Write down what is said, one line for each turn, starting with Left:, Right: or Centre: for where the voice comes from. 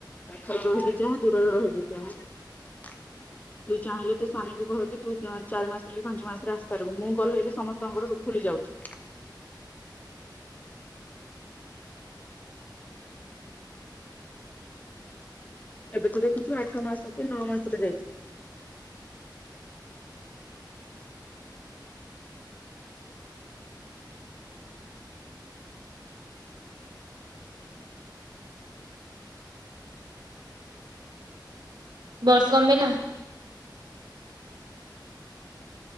Left: ପାଖରେ ରହିଲେ ଯାହା ଦୂରରେ ରହିବି ତାହା ତୁ ଚାହିଁଲେ ତ ସ୍ବାମୀକୁ କହିକି ତୁ ଚାରି ମାସରେ କି ପାଞ୍ଚ ମାସରେ ଆସିପାରିବୁ । ମୁଁ କହିଲେ ସମସ୍ତଙ୍କର ସବୁ ଉତୁରୀ ଯାଉଛି ।
Right: <inaudible> <inaudible>
Left: ଏବେ ତ ଦେଖୁଛୁ ଆଠ ମାସ କି ନଅ ମାସରେ ଯାଇଥିଲି ।
Right: ବର୍ଷ ମେଲା